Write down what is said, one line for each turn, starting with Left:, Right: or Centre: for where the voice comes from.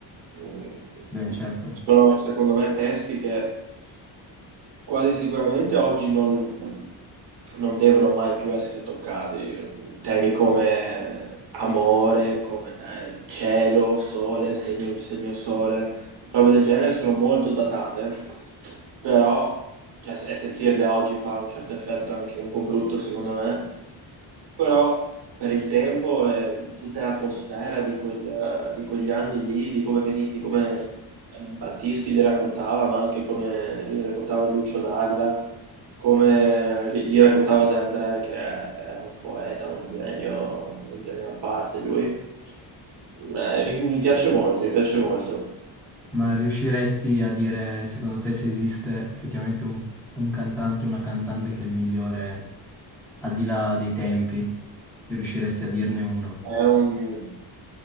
Right: Mm,
Centre: Beh, certo.
Right: Sono, secondo me, testi che quasi sicuramente oggi non, non devono mai più essere toccati. Temi come amore, come eh, cielo, sole, se il mio, se il mio sole, robe del genere sono molto datate, però cioè, e sentirle oggi fa un certo effetto anche un po' brutto, secondo me. Però per il tempo e tutta l'atmosfera di, quel- di quegli anni lì, di come, veni- di come Battisti li raccontava, ma anche come li raccontava Lucio Dalla, come li li raccontava De André, che è- era un poeta, un genio, un genio a parte lui. Eh, mi piace molto, mi piace molto.
Centre: Ma riusciresti a dire, secondo te, se esiste effettivamente un, un cantante o una cantante che è il migliore al di là dei tempi? Riusciresti a dirne uno?
Right: È un,